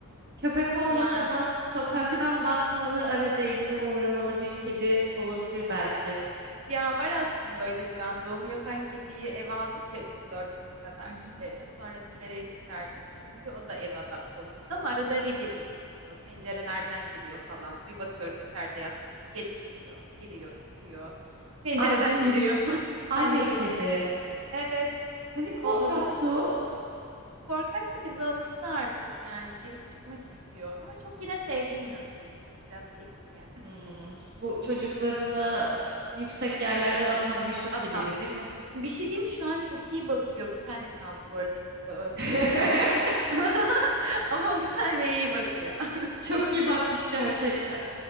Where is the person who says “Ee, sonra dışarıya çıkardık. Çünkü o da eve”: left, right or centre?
Right